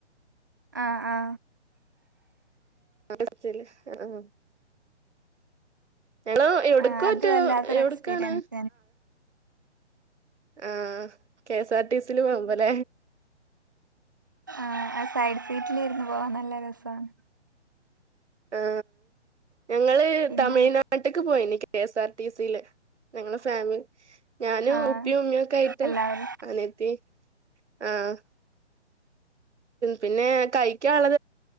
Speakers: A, on the right; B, on the right.
A: ആ ആ
B: <unintelligible> ഞങ്ങളു എവിടേക്കോ
A: ആ അത്
B: മറ്റോ
A: വല്ലാത്തൊരു
B: എവിടെ
A: എക്സ്പീരിയൻസ്
B: ആണ് ആ കെഎസ്ആർടിസി യില് പോവുമ്പോൾ
A: ആ സൈഡ് സീറ്റിൽ ഇരുന്ന് പോവാൻ നല്ല രസമാണ്
B: ആ ഞങ്ങള്
A: പിന്നെ
B: തമിഴ്നാട്ട്ക് പോയി കെഎസ്ആർടിസിയില് ഞങ്ങള് ഫാമിലി ഞാനും
A: ആ
B: ഉപ്പിം, ഉമ്മിം ഒക്കെ ആയിട്ട്
A: എല്ലാവരും
B: അനിയത്തിയും ആ- പിന്നെ കഴിക്കാനുള്ളതെല്ലാം